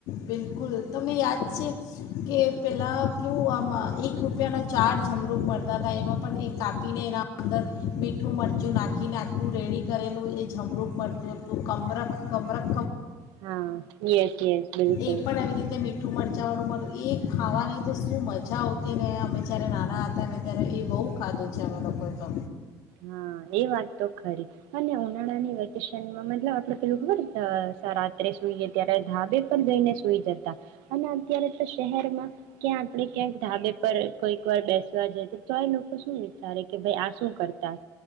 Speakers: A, on the left; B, on the right.
A: બિલકુલ તમને યાદ છે, ‌કે પહેલાં કેવું આમ એક રૂપિયાના ચાર જમરૂુક મળતા હતા. એમાં પણ એ કાપીને એના અંદર મીઠું મરચું નાખીને આખું રેડી કરેલું એ જમરૂુક મળતું હતું, કમરક કમરક
B: હા યસ યસ બિલકુલ.
A: એ પણ એવી રીતે મીઠું મરચાંવાળું એ ખાવાની તો શું મજા આવતી ને અમે જ્યારે નાના હતા ને ત્યારે એ બહુ ખાધું છે અમે લોકોએ તો.
B: હા એ વાત તો ખરી અને ઉનાળાની વેકેશનમાં મતલબ આપડે પેલું ખબર રાત્રે સુઈએ ત્યારે ધાબે પર જઈને સુઈ જતા અને અત્યારે તો શહેરમાં ક્યાં આપણે ક્યાંક ધાબે પર કોઈક વાર બેસવા જ તો આ લોકો શું વિચારે કે ભાઈ આ શું કર તા